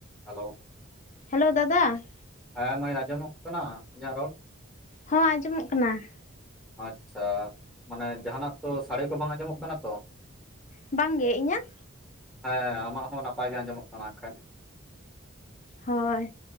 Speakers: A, in the centre; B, on the left (about 35°).
A: Hello
B: hello ᱫᱟᱫᱟ ᱾
A: ᱦᱮᱸ ᱢᱟᱭ ᱟᱸᱡᱚᱢᱚᱜ ᱠᱟᱱᱟ ᱤᱧᱟᱹᱜ ᱨᱚᱲ?
B: ᱦᱚᱸ ᱟᱸᱡᱚᱢᱚᱜ ᱠᱟᱱᱟ ᱾
A: ᱟᱪᱪᱷᱟ, ᱢᱟᱱᱮ ᱡᱟᱦᱱᱟᱜ ᱛᱚ ᱥᱟᱲᱮ ᱠᱚ ᱵᱟᱝ ᱟᱸᱡᱚᱢᱚᱜ ᱠᱟᱱᱟ ᱛᱚ ᱾
B: ᱵᱟᱝ ᱜᱮ, ᱤᱧᱟᱹᱜ?
A: ᱦᱮᱸ ᱟᱢᱟᱜ ᱦᱚᱸ ᱱᱟᱯᱟᱭ ᱜᱮ ᱟᱸᱡᱚᱢᱚᱜ ᱠᱟᱱᱟ ᱦᱟᱜ ᱠᱷᱟᱡ ᱾
B: ᱦᱳᱭ,